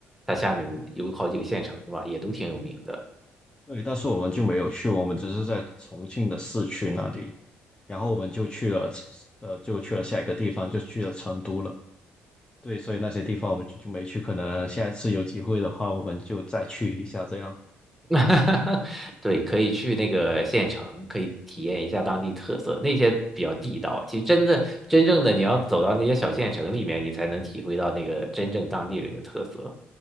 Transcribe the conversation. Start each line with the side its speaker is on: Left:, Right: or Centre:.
Centre: 它下面有好几个县城是吧，也都挺有名的。
Left: 对，但是我们就没有去，我们只是在重庆的市区那里，然后我们就去了，呃，就去了下一个地方，就去了成都了，对，所以那些地方我们就就没去，可能下一次有机会的话，我们就再去一下这样。
Centre: <laughs> 哈哈，对，可以去那个县城，可以体验一下当地特色，那些比较地道。其实真的真正的你要走到那些小县城里面，你才能体会到那个真正当地人的特色。